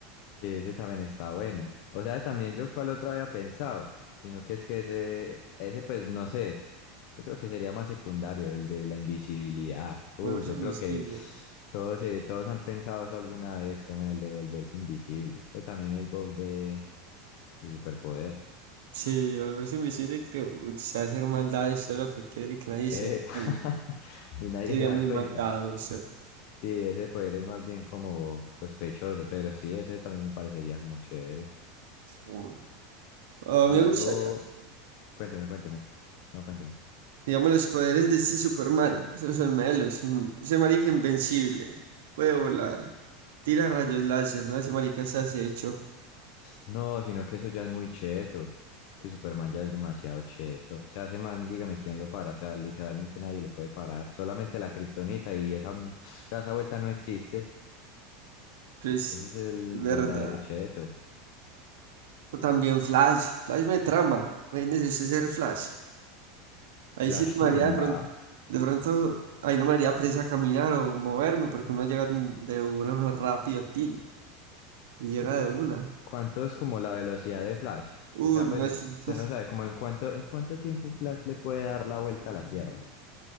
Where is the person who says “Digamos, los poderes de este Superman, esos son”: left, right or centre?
Right